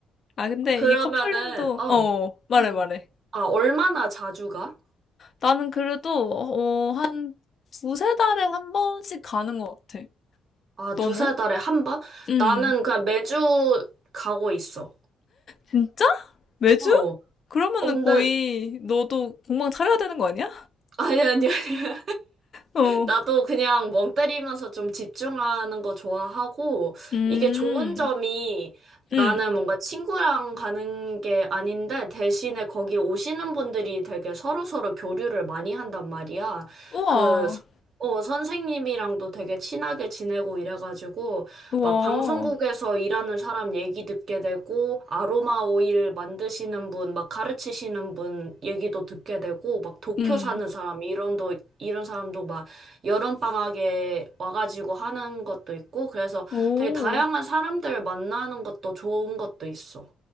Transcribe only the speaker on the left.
아, 근데
이 커플링도,
어, 말해,
말해.
나는 그래도, 어, 한 두세 달에 한 번씩 가는 것 같아.
너는?
응.
진짜? 매주?
그러면은
거의 너도 공방 차려야 되는 거 아니야? <laughs>
어.
음.
응.
우와.
우와.
응.
오.